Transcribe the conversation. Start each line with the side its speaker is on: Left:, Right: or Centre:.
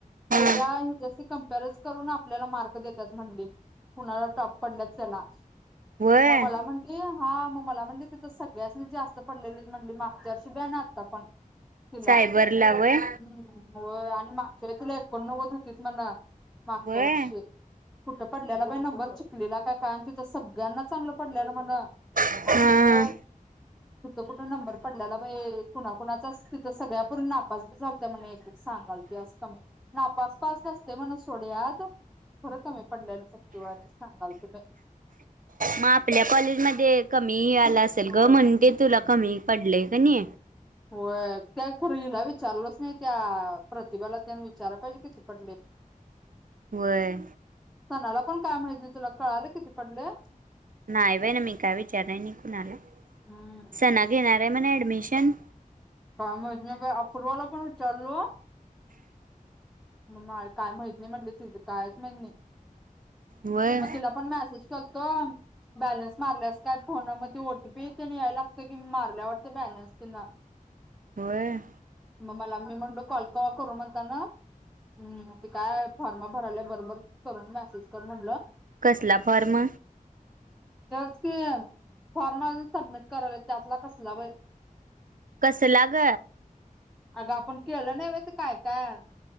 Right: हम्म
Centre: त्याच्या कॉम्परच करून आपल्याला मार्क देतात म्हणली कुणाला टॉप पडल्यात त्यांना
Right: व्हय
Centre: म मला म्हंटली हा म मला म्हणली तिथं सगळ्यास्नि जास्त पडलेलीत म्हणली मार्क <unintelligible> आता पण तिला
Right: सायबरला व्हय
Centre: हूं व्हय आणि मा तरी तुला एकोणंनव्वद तेच ना मा मागच्या
Right: व्हय
Centre: वर्षी कुठं पडल्याला बाई नंबर चिकलीला का काय अन तिथं सगळ्यांना चांगल पडल्याल म्हनं
Right: हा
Centre: आणि हीत हितं कुठ नंबर व्हय कुणा कुणाचाच तिथं सगळ्या पुरी नापास बी झालत्या म्हण एक एक सांगालत्या अस का मी नापास <inaudible> हसतंय म्हणून सोडयात थोड कमी पडल्याल टक्के वारी सांगालत बाई
Right: म आपल्या कॉलेजमध्ये कमी आला असेल ग
Centre: होय
Right: म्हणुन ते तुला कमी पडले. हाय नी
Centre: व्हय त्या खरं हिला विचारलंच नाही त्या प्रतिभाला त्यान विचारा पाहिजे किती पडलेत
Right: व्हय
Centre: <inaudible> कोणाला? पण काय माहित नाय तुला कळालं किती पडले?
Right: नाय बाई न मी काय विचारल नाय नि कुणाला
Centre: हम्म.
Right: सना गीनात ते म्हणे ॲडमिशन
Centre: फॉर्म <unintelligible> अपूर्वाला पण विचारलो. म मा काय माहत नाही म्हणली तिज कायच माहित नई
Right: व्हय
Centre: म तुला पण मॅसेज कलतो. बॅलन्स मारल्यास काय फोना मधी ओटी तीनं यायला लागत की मारलाय वाटतं बॅलन्स तिनं
Right: होय.
Centre: म मला मी म्हणलो कॉल कवा करू म्ह अन हूं ते काय फॉर्म भरल्या बरोबर करण मॅसेज कर म्हणलं
Right: कसला फॉर्म
Centre: त्योच की फॉर्म आजून सबमिट कराला त्यातला कसला बय
Right: कसला ग
Centre: अग आपण केलं नाय व्हय ते काय काय